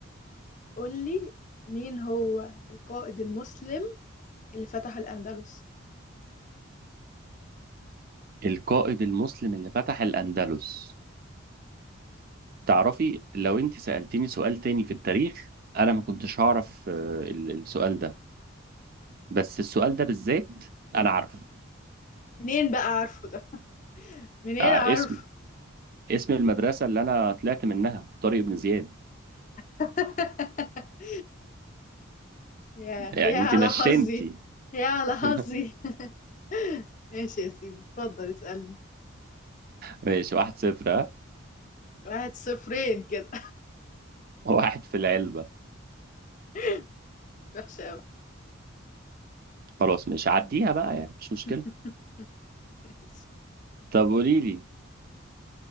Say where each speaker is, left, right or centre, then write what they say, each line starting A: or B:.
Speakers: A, on the left (about 35°); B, on the right (about 45°).
A: قول لي مين هو القائد المسلم اللي فتح الأندلس
B: القائد المسلم اللي فتح الأندلس تعرفي لو انت سألتيني سؤال تاني في التاريخ انا ما كنتش هعرف آه، ال- السؤال ده بس السؤال ده بالذات انا عارفه
A: منين بقى عارفه ده منين
B: آه،
A: عارف
B: اسم اسم المدرسة اللي انا طلعت منها طارق بن زياد
A: <laughs> يا
B: يعني
A: يا على
B: انت نشنتي
A: حظي يا على
B: <laughs>
A: حظي <laughs> ماشي يا سيدي اتفضل اسألني
B: ماشي واحد صفر ها
A: واحد صفرين كده
B: واحد في العلبة
A: <laughs> وحشة أوي
B: خلاص مش عديها بقى يعني مش
A: <laughs>
B: مشكلة
A: ماشي.
B: طب قولي لي